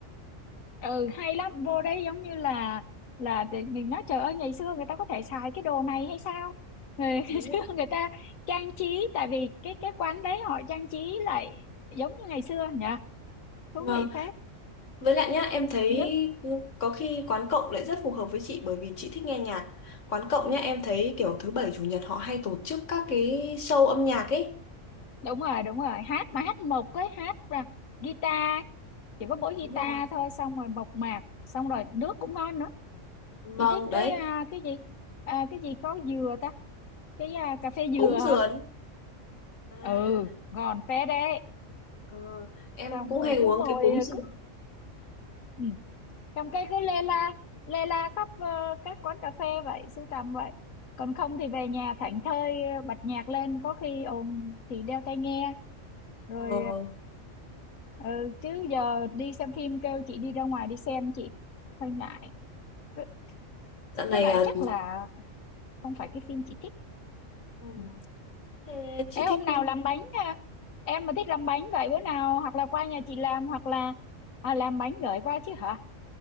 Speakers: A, on the left; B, on the left.
A: ừ hay lắm vô đấy giống như là là để mình nói trời ơi ngày xưa người ta có thể xài cái đồ này hay sao ngày, <laughs>
B: Đúng
A: ngày xưa
B: rồi.
A: người ta trang trí tại vì cái cái quán đấy họ trang trí lại giống như ngày xưa nhỉ thú
B: Vâng,
A: vị phết
B: với lại nhá, em thấy
A: nước
B: có khi quán cộng lại rất phù hợp với chị bởi vì chị thích nghe nhạc. Quán cộng nhá, em thấy kiểu thứ bảy chủ nhật họ hay tổ chức các cái show âm nhạc ấy.
A: đúng rồi đúng rồi hát mà hát mộc ấy hát và guitar chỉ có mỗi guitar
B: Đúng rồi.
A: thôi xong rồi mộc mạc xong rồi nước cũng ngon nữa
B: Vâng,
A: chị thích
B: đấy,
A: cái à, cái gì à, cái gì có dừa ta cái à, cà phê
B: cúng
A: dừa hả
B: sườn. À,
A: ừ ngon phết đấy
B: ờ, em
A: xong
B: cũng
A: rồi
B: hay
A: cứ
B: uống
A: ngồi
B: cái cúng sườn.
A: cứ ừ. trong cái cứ lê la lê la khắp ờ, các quán cà phê vậy sưu tầm vậy còn không thì về nhà thảnh thơi ờ, bật nhạc lên có khi ồn thì đeo tai nghe rồi
B: Ờ,
A: ờ, ừ, chứ giờ đi xem phim kêu chị đi ra ngoài đi xem chị hơi ngại với,
B: dạo
A: với
B: này
A: lại
B: à,
A: chắc là không phải cái phim chị thích
B: Ừ.
A: Ừ.
B: Thế chị
A: Ê, hôm
B: thích
A: nào làm bánh à? Em mà thích làm bánh vậy bữa nào hoặc là qua nhà chị làm hoặc là à, làm bánh gửi qua chứ hả?